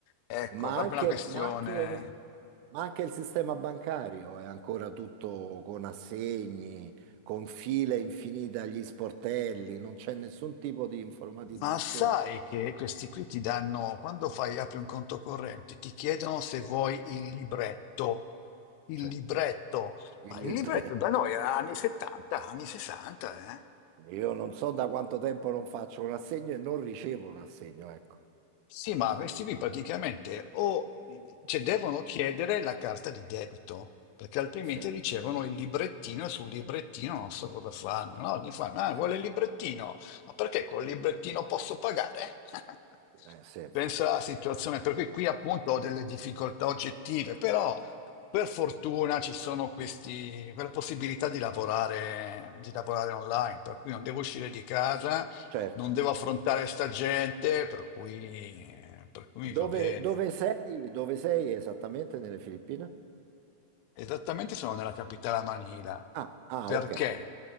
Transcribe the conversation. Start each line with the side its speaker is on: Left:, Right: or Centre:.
Left: Ecco,
Right: Ma
Left: proprio
Right: anche,
Left: una questione.
Right: ma anche- ma anche il sistema bancario è ancora tutto con assegni, con file infinite agli sportelli, non c'è nessun tipo di informatizzazione.
Left: Ma sai che questi qui ti danno, quando fai, apri un conto corrente, ti chiedono se vuoi il libretto. Il
Right: Certo,
Left: libretto. Ma
Right: il
Left: il
Right: libro.
Left: libretto da noi era anni 70, anni 60, eh?
Right: Io non so da quanto tempo non faccio un assegno e non ricevo un assegno, ecco.
Left: Sì, ma questi qui praticamente o cioè, devono chiedere la carta di debito, perché altrimenti
Right: Sì,
Left: ricevono il librettino e sul librettino non so cosa fanno. No? Gli fanno, ah,
Right: sì,
Left: vuole il librettino, ma perché col librettino posso pagare? <laughs>
Right: eh, sì, infatti.
Left: Pensa alla situazione, per cui qui appunto ho delle difficoltà oggettive, però per fortuna ci sono questi, quella possibilità di lavorare, di lavorare online, per cui non devo uscire di casa
Right: Certo.
Left: non devo affrontare sta gente, per cui, per cui
Right: Dove,
Left: mi va bene.
Right: dove sei? Dove sei esattamente nelle Filippine?
Left: Esattamente sono nella capitale a Manila.
Right: Ah, ah,
Left: Perché?
Right: ok.